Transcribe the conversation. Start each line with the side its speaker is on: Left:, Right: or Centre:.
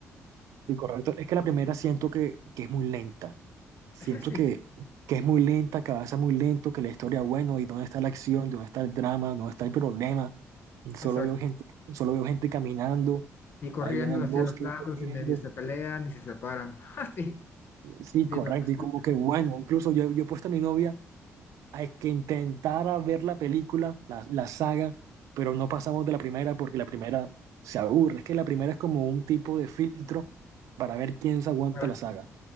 Right: Sí, correcto. Es que la primera siento que, que es muy lenta. Siento
Left: <laughs> Sí,
Right: que, que es muy lenta, que avanza muy lento, que la historia, bueno, ¿y dónde está la acción? ¿Dónde está el drama? ¿Dónde está el problema? Solo
Left: exacto.
Right: veo gente, solo veo gente caminando
Left: Y corriendo
Right: ahí en el bosque
Left: hacia los lados
Right: y corriendo.
Left: y medio se pelean y se separan. <laughs> Ah, Sí,
Right: Sí,
Left: sí,
Right: correcto.
Left: me pasó
Right: Y como
Left: lo
Right: que, bueno,
Left: mismo.
Right: incluso yo, yo he puesto a mi novia a que intentara ver la película, la, la saga, pero no pasamos de la primera porque la primera se aburre. Es que la primera es como un tipo de filtro para ver quién se aguanta
Left: Para-
Right: la saga.